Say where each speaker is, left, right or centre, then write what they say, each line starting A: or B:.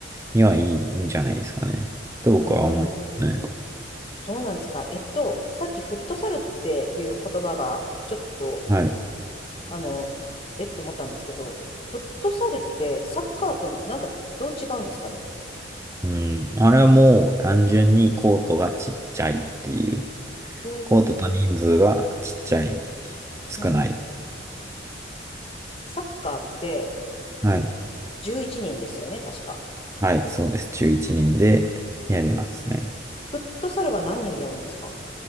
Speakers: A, on the right; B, on the left.
A: にはいいんじゃないですかね。と僕は思いますね。
B: ーん。そうなんですか。えっと、さっきフットサルっていう言葉が、ちょっと、
A: はい。
B: あの、えっと思ったんですけど、フットサルってサッカーとなんかどう違うんですかね。
A: うん。あれはもう単純にコートがちっちゃいっていう。
B: おーん
A: コートと人数がちっちゃい、少ない。
B: うん。サッカーって
A: はい。
B: 11人ですよね、確か。
A: はい、そうです。中1人でやりますね。
B: フットサルは何人でやるんですか